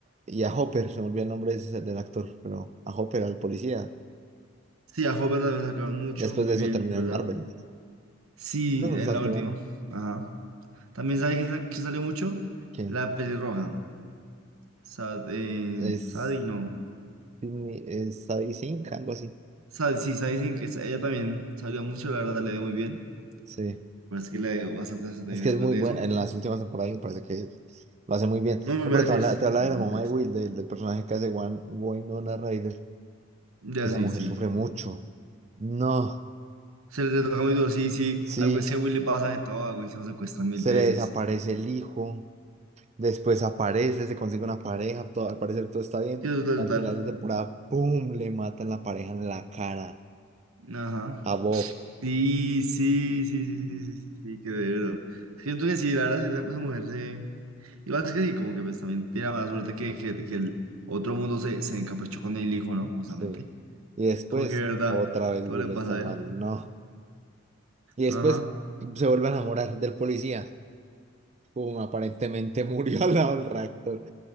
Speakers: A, on the right; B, on the right.
A: y a Hopper, se me olvidó el nombre de ese- del actor, pero a Hopper, al policía.
B: Sí, a Hopper también sacaron mucho,
A: Después
B: muy
A: de eso
B: bien,
A: terminó
B: ¿verdad?
A: en Marvel.
B: Sí,
A: Bueno, los
B: en
A: alteran.
B: la última. Ajá. También sabes que, sa- que salió mucho
A: ¿Quién?
B: la pelirroja. Sad, eh,
A: Es,
B: Sadie, no.
A: Sidney- es Sadie Sink, algo así.
B: Sad, sí, Sadie Sink, es- ella también salió mucho, la verdad le dio muy bien.
A: Sí.
B: Me parece que le dio bastante desempeño
A: Es que
B: después
A: es muy
B: de
A: buena.
B: eso.
A: En las últimas temporadas me parece que lo hace muy bien.
B: No, muy
A: No,
B: buena
A: pero te
B: actriz.
A: habla, te habla
B: Muy
A: de
B: buena
A: la mamá
B: actriz.
A: de Will, del, del personaje que hace Wan- Winona Ryder.
B: Ya
A: Esa
B: sí,
A: mujer
B: sí.
A: sufre mucho. No,
B: Se le toca muy duro, sí, sí.
A: sí.
B: A Will a Will le pasa de todo, a Will se lo secuestran mil
A: Se
B: veces.
A: le desaparece el hijo. Después aparece, se consigue una pareja, todo, al parecer todo está bien.
B: Sí, total,
A: y al
B: total.
A: final de temporada, ¡pum! Le matan la pareja en la cara
B: Ajá.
A: a Bob.
B: Sí, sí, sí, sí, sí, sí, sí, sí, qué duro. Siento que sí, la verdad, esa esa mujer se. y es que sí, como que pues también tiene la mala suerte que, que, que el otro mundo se, se encaprichó con el hijo, ¿no? Justamente.
A: Sí. Y después,
B: Como que de verdad,
A: otra vez
B: todo
A: Will
B: le pasa
A: está
B: a
A: mal,
B: él.
A: no. Y después
B: Ajá.
A: se vuelve a enamorar del policía. ¡Pum! Aparentemente <laughs> murió al lado del reactor.